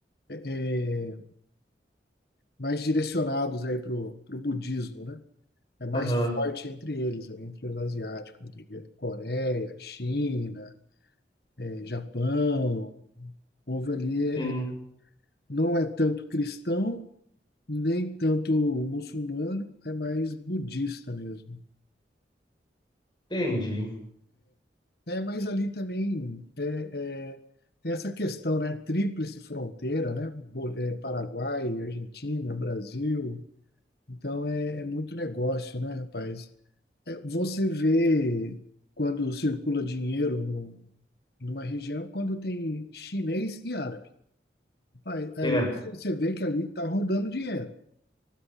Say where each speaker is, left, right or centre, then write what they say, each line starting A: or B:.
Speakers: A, on the left (about 60°); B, on the left (about 25°).
A: é, mais direcionados aí pro pro budismo, né? É mais
B: aham.
A: forte entre eles, né? entre os asiáticos, entre Coreia, China, eh, Japão. O povo ali é-
B: Sim,
A: não é tanto cristão, nem tanto muçulmano, é mais budista mesmo.
B: entendi.
A: É, mas ali também é, é, tem essa questão, né? Tríplice fronteira, né? Bo- é, Paraguai, Argentina, Brasil. Então é, é muito negócio, né, rapaz? É, você vê quando circula dinheiro no, numa região, quando tem chinês e árabe. Rapaz, Aí
B: É.
A: você você vê que ali está rodando dinheiro.